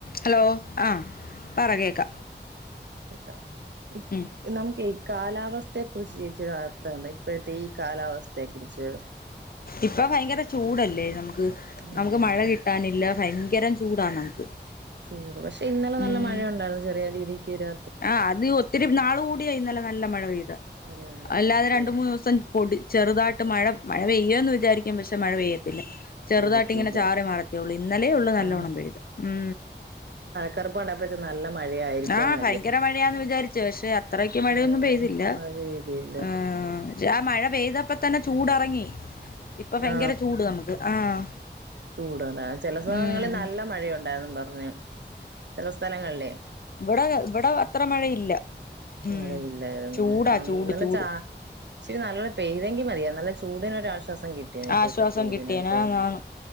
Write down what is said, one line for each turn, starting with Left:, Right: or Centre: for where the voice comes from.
Left: Hello ആഹ് പറ
Right: ആ
Left: കേക്കാം
Right: കേക്കാം ഇ
Left: ഉം
Right: നമുക്കെയ് കാലാവസ്ഥയെ കുുറിച്ച് ചേച്ചിയുടെ അഭിപ്രായം ന്താ ഇപ്പോഴത്തെ ഈ കാലാവസ്ഥയെ കുറിച്ച്
Left: ഇപ്പൊ ഭയങ്കര ചൂടല്ലേ നമുക്ക്
Right: ഉം
Left: നമുക്ക് മഴ കിട്ടാനില്ല ഫയങ്കരം ചൂടാണ് നമുക്ക്
Right: ചൂട് പക്ഷെ ഇന്നലെ നല്ല
Left: ഉം
Right: മഴയൊണ്ടായിരുന്നു ചെറിയ രീതിക്ക് വരാ
Left: ആഹ് അത് ഈ ഒത്തിരി നാള് കൂടിയാന്നല്ലെ നല്ല മഴ പെയ്ത്
Right: മഴയുണ്ടായിരുന്നു
Left: അല്ലാതെ
Right: അത്
Left: രണ്ട് മൂന്ന് ദിവസം പൊടി ചെറുതായിട്ട് മഴ മഴ പെയ്യന്ന് വിചാരിക്കും പക്ഷെ മഴ പെയ്യത്തില്ല ചെറുതായിട്ട്
Right: പെയ്യത്തില്ല
Left: ഇങ്ങനെ ചാറി മറത്തെയൊള്ളൂ ഇന്നലേ ഉള്ളൂ നല്ലോണം
Right: ആ
Left: പെഴുത് ഉം
Right: ചെറുപ്പുണ്ടാപ്പ ച്ച് നല്ല മഴയായിരിക്കുംന്ന്
Left: ആഹ് ഭയങ്കര മഴയാന്ന് വിചാരിച്ചു പക്ഷെ അത്രക്ക്
Right: ആ
Left: മഴയൊന്നും പെയ്തില്ല
Right: മഴ പെയ്തില്ല
Left: ഇഹ് രാ മഴ പെയ്തപ്പോ തന്നെ ചൂടെറങ്ങി ഇപ്പൊ ഭയങ്കര
Right: ആ
Left: ചൂട് നമുക്ക് ആഹ്
Right: ചൂടാണ് ചെല സലങ്ങളിൽ
Left: ഉം
Right: നല്ല മഴയുണ്ടാഎന്നും പറഞ്ഞ് ചെല സ്ഥലങ്ങള്ല്ലേ
Left: ഇവ്ടെ ഇവ്ടെ അത്ര മഴയില്ല ഉം
Right: മഴയില്ലായിരുന്നു
Left: ചൂടാ
Right: അഹ്
Left: ചൂട്
Right: ന്നലെ
Left: ചൂട്
Right: ചാ ച്ചിരി നല്ല പെയ്തെങ്കി മതിയാര്ന്ന് നല്ല ചൂടന്ഒരാശ്വാസം കിട്ടിയേനെ ഇപ്പോഴത്തെ
Left: ആശ്വാസം
Right: ചൂടിനൊക്കെ
Left: കിട്ടിയേന ആന്നാന്ന്